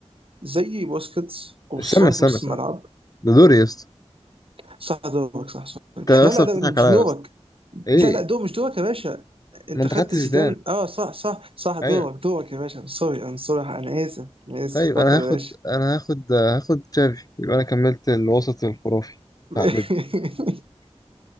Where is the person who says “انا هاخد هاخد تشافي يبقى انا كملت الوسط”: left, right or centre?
Left